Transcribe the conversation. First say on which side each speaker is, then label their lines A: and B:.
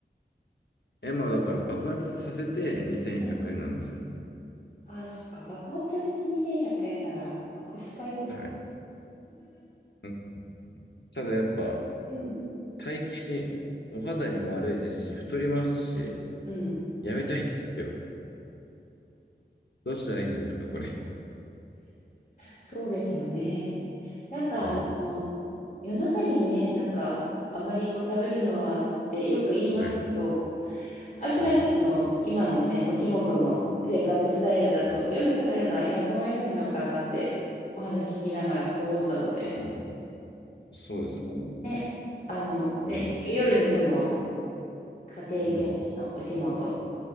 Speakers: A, on the left; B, on the left.
A: え、まあ、だから爆発させて2100円なんですよ。
B: うんああ、そっか、爆発させて2100円なら、まあ、コスパいいのか。
A: はい。うんただやっぱ、
B: うん
A: 体型に、お肌にも悪いですし、太りますし、
B: うん、
A: やめたいんですよ。どうしたらいいんですか、これ。
B: そうですよね。なんかあの、
A: はい。
B: 夜中にね、なんかあんまりこう食べるのはってよく言いますけど、
A: はい。
B: あきらさんの今のね、
A: はい。
B: お仕事の生活スタイルだと、
A: はい。
B: 夜食べるのはやむを得ないのかなってお話聞きながら思ったので、
A: うん、そうですかね。
B: ね、あの、ね、
A: うん。
B: 夜にその家庭教師のお仕事
A: うん。